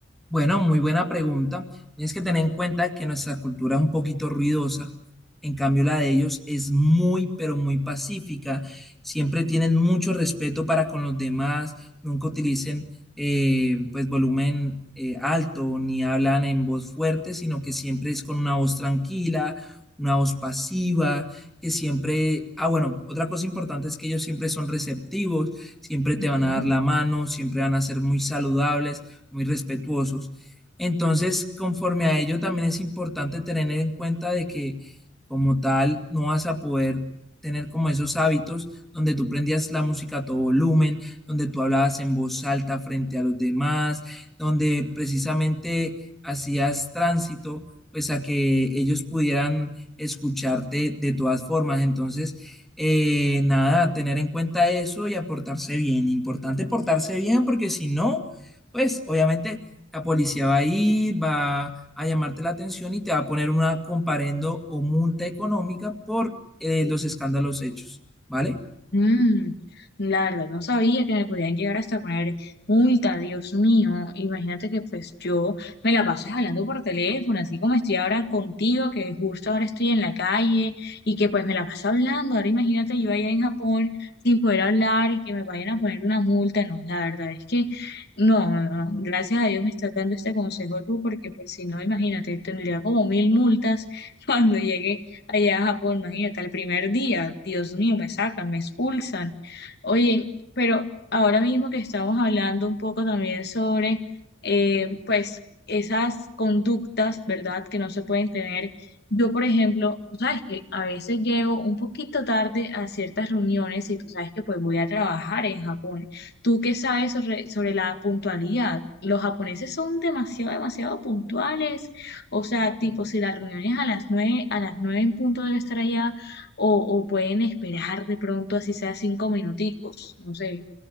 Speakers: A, in the centre; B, on the left (about 55°).
A: Bueno, muy buena pregunta. Tienes que tener en cuenta que nuestra cultura es un poquito ruidosa, en cambio la de ellos es muy, pero muy pacífica. Siempre tienen mucho respeto para con los demás, nunca utilicen eh, pues volumen eh, alto ni hablan en voz fuerte, sino que siempre es con una voz tranquila, una voz pasiva, que siempre... Ah, bueno, otra cosa importante es que ellos siempre son receptivos, siempre te
B: Ujú.
A: van a dar la mano, siempre van a ser muy saludables muy respetuosos. Entonces, conforme a ello, también es importante tener en cuenta de que como tal no vas a poder tener como esos hábitos donde tú prendías la música a todo volumen, donde tú hablabas en voz alta frente a los demás, donde precisamente hacías tránsito, pues a que ellos pudieran escucharte de todas formas. Entonces, eh, nada, tener en cuenta eso y aportarse bien. Importante portarse bien porque si no, pues obviamente la policía va a ir, va a llamarte la atención y te va a poner una comparendo o multa económica por eh, los escándalos hechos, ¿vale?
B: Mm, la verdad, no sabía que me podían llegar hasta poner multa, Dios mío. Imagínate que pues yo me la paso hablando por teléfono, así como estoy ahora contigo, que justo ahora estoy en la calle y que pues me la paso hablando. Ahora imagínate yo allá en Japón sin poder hablar y que me vayan a poner una multa. No, la verdad es que no, no, no. Gracias a Dios me estás dando este consejo tú, porque pues si no, imagínate, tendría como mil multas <laughs> cuando llegue allá a Japón, imagínate, el primer día, Dios mío, me sacan, me expulsan. Oye, pero ahora mismo que estamos hablando un poco también sobre, eh, pues, esas conductas, ¿verdad?, que no se pueden tener. Yo, por ejemplo, tú sabes que a veces llego un poquito tarde a ciertas reuniones y tú sabes que pues voy a trabajar en Japón. ¿Tú qué sabes sobre, sobre la puntualidad? Los japoneses son demasiado, demasiado puntuales o sea, tipo, si la reunión es a las nueve, a las nueve en punto debe estar allá, o, o pueden esperar de pronto, así sea cinco minuticos, no sé,